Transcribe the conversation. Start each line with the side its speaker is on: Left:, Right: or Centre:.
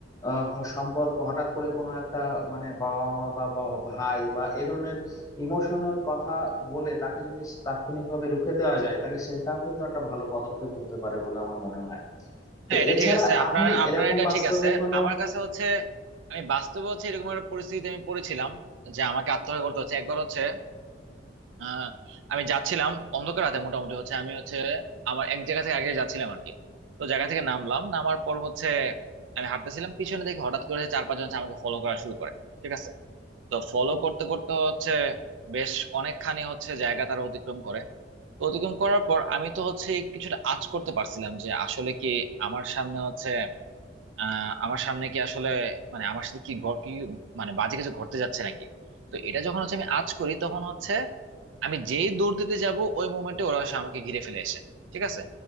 Left: আহ সম্পর্ক হঠাৎ করে কোনো একটা মানে বাবা মা বা বা ভাই বা এ ধরনের ইমোশনাল কথা বলে তাকে যদি তাৎক্ষণিকভাবে রুখে দেওয়া যায় তাহলে সেটাও কিন্তু একটা ভালো পদক্ষেপ হতে পারে বলে আমার মনে হয়
Right: হ্যাঁ
Left: তো
Right: এটা
Left: এছাড়া
Right: ঠিক আছে আপনার
Left: আপনি
Right: আপনার
Left: এরকম
Right: এটা
Left: বাস্তবে
Right: ঠিক আছে
Left: কোনো
Right: আমার কাছে হচ্ছে আমি বাস্তবে হচ্ছে এরকম একটা পরিস্থিতিতে আমি পড়েছিলাম যে আমাকে আত্মহত্যা করতে হচ্ছে একবার হচ্ছে আহ, আমি যাচ্ছিলাম অন্ধকার রাতে মোটামুটি হচ্ছে আমি হচ্ছে আমার এক জায়গা থেকে আগে যাচ্ছিলাম আর কি তো জায়গা থেকে নামলাম নামার পর হচ্ছে আমি হাঁটতেছিলাম পিছনে দেখি হঠাৎ করে হচ্ছে চার পাঁচজন হচ্ছে আমাকে ফলো করা শুরু করে ঠিক আছে তো ফলো করতে করতে হচ্ছে বেশ অনেকখানি হচ্ছে জায়গা তারা অতিক্রম করে তো অতিক্রম করার পর আমি তো হচ্ছে কিছুটা আঁচ করতে পারছিলাম যে আসলে কি আমার সামনে হচ্ছে আহ আমার সামনে কি আসলে মানে আমার সাথে কি ঘট কি মানে বাজে কিছু ঘটতে যাচ্ছে নাকি তো এটা যখন হচ্ছে আমি আজ করি তখন হচ্ছে আমি যেই দৌড় দিতে যাব ওই মোমেন্টে ওরা হচ্ছে আমাকে ঘিরে ফেলে এসে ঠিক আছে